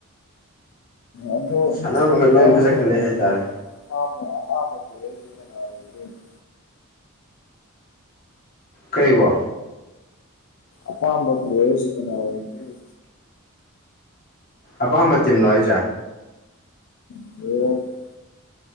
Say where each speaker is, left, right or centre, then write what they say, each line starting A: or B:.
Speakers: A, on the left; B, on the left.
A: ꯑꯗꯨ <unintelligible>
B: ꯁꯥꯟꯅꯕ ꯃꯈꯩ ꯂꯣꯏ
A: ꯀꯔꯝꯕꯗ
B: ꯐꯖꯈꯠꯂꯦ
A: ꯂꯩꯒꯦ
B: ꯍꯥꯏꯇꯥꯔꯦ
A: ꯑꯄꯥꯝꯕ <unintelligible> ꯄ꯭ꯂꯦꯌꯔꯁꯨ ꯀꯅꯥ ꯑꯣꯏꯗꫭꯏꯅꫭ
B: ꯀꯔꯤꯕꯣ
A: ꯑꯄꯥꯝꯕ ꯄ꯭ꯂꯦꯌꯔꯖꯦ ꯀꯅꯥ ꯑꯣꯏꯒꯦꯕ
B: ꯑꯄꯥꯝꯕ ꯇꯤꯝꯂꯣ ꯍꯥꯏꯖꯦ
A: <unintelligible>